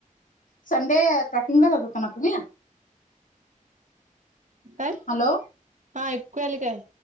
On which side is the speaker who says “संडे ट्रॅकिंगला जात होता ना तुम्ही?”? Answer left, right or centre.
Left